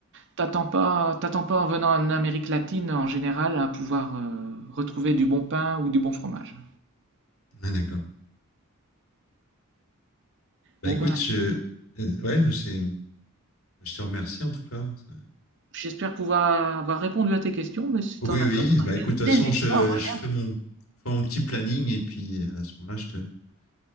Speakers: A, on the right; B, on the left.
A: T'attends pas, t'attends pas en venant en Amérique latine en général à pouvoir euh, retrouver du bon pain ou du bon fromage.
B: ouais, d'accord. Bah
A: Bon
B: écoute,
A: ben,
B: je, euh, ouais, c'est, je te remercie en tout cas. Ça-
A: j'espère pouvoir avoir répondu à tes questions, mais si
B: Oui,
A: t'en as
B: oui,
A: d'autres,
B: bah écoute, de
A: n'hésite
B: toute façon, je,
A: pas, reviens.
B: je ferai mon, je ferai mon petit planning et puis euh, à ce moment-là, je te, je